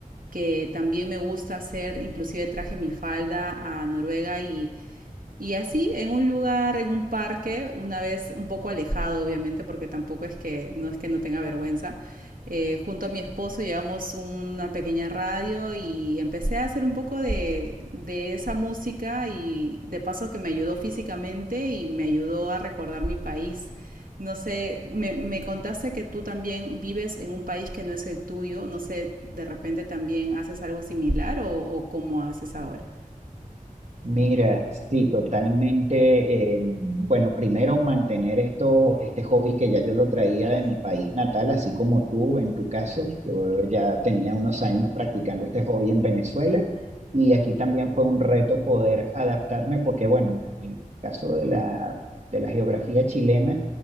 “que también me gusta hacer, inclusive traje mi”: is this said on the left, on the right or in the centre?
Right